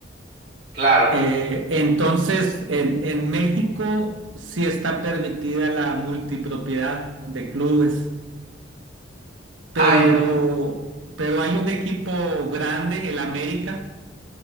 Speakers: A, on the right; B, on the right.
A: Claro.
B: Eh, entonces, en, en México sí está permitida la multipropiedad de clubes. pero,
A: Ah, enti-
B: pero hay un equipo grande, el América,